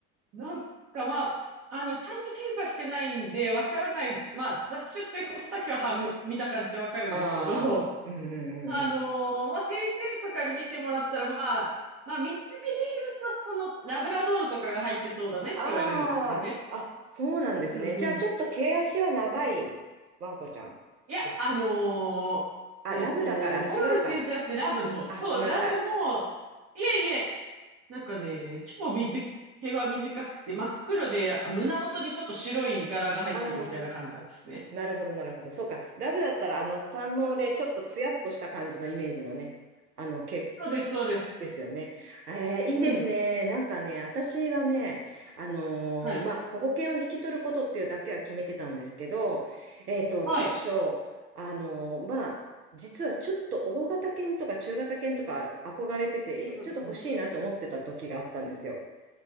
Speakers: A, on the right; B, on the right.
A: なんかまあ、あの、ちゃんと検査してないんで、わからない。まあ、雑種っていうことだけは判明、見た感じでわかるんですけど、
B: ああー、うんうんうんうん。
A: あのーまあ、先生とかに見てもらったら、まあ、まあ、見た目で言うと、その、ラブラドールとかが入ってそうだねって言われるんですね。
B: ああ、あ、そうなんですね。
A: うんうん。
B: じゃあ、ちょっと毛足は長いワンコちゃんです。
A: いや、あの
B: あ、
A: ーえっと、
B: ラブだから違うか。
A: ゴールデンじゃなくてラブの方。
B: あ、
A: そう、
B: ごめんなさい。
A: ラブの、いえいえ、なんかね、超短毛は短くて、真っ黒で、胸元にちょっと白い柄が入ってるみたいな感じなんですね。
B: ああ、なるほど、なるほど。そうか。ラブだったら、あの、短毛でちょっとツヤっとした感じのイメージのね、あの、毛
A: そうです、そうです。
B: ですよね。えーいいですね。
A: うん。
B: なんかね、私はね、あのーまあ、
A: はい。
B: 保護犬を引き取ることっていうだけは決めてたんですけど、えっと、
A: はい。
B: 当初、あのーまあ、実はちょっと大型犬とか中型犬とか憧れてて、
A: うんうん。
B: いちょっと欲しいなって思ってた時があったんですよ。